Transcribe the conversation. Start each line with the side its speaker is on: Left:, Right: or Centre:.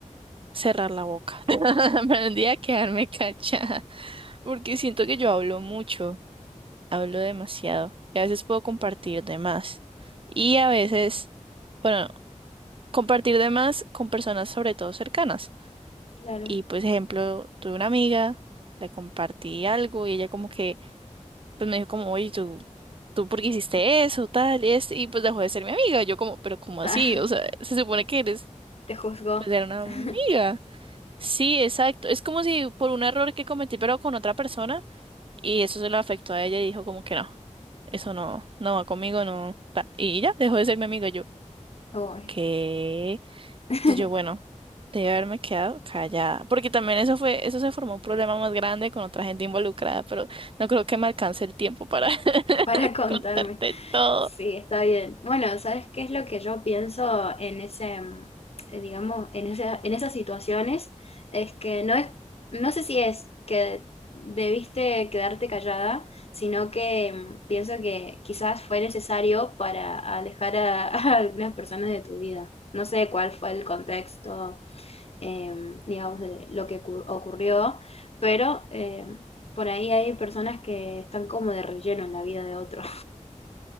Right: cerrar la boca, <laughs> aprendí a quedarme callada, porque siento que yo hablo mucho, hablo demasiado, y a veces puedo compartir de más, y a veces, bueno, compartir de más con personas sobre todo cercanas.
Left: Claro,
Right: Y pues, ejemplo, tuve una amiga, le compartí algo y ella como que, pues me dijo como, oye, tú, tú por qué hiciste eso, tal, y este, y pues dejó de ser mi amiga. Yo como, pero ¿cómo así?
Left: Ah,
Right: O sea, se supone que eres,
Left: te juzgó.
Right: pues era una amiga.
Left: <laughs>
Right: Sí, exacto. Es como si por un error que cometí, pero con otra persona, y eso se lo afectó a ella y dijo como que no, eso no, no va conmigo, no, tal. Y ya, dejó de ser mi amiga yo.
Left: Uy.
Right: ¿Qué?
Left: <laughs>
Right: Entonces yo, bueno, debe haberme quedado callada, porque también eso fue, eso se formó un problema más grande con otra gente involucrada, pero no creo que me alcance el tiempo para <laughs>
Left: para contarme.
Right: contarte todo.
Left: Sí, está bien. Bueno, ¿sabes qué es lo que yo pienso en ese, mm, eh, digamos, en esa- en esas situaciones? Es que no es, no sé si es que debiste quedarte callada, sino que mm, pienso que quizás fue necesario para alejar a, <laughs> a algunas personas de tu vida. No sé cuál fue el contexto, em, digamos, de lo que ocu- ocurrió, pero em, por ahí hay personas que están como de relleno en la vida de otros.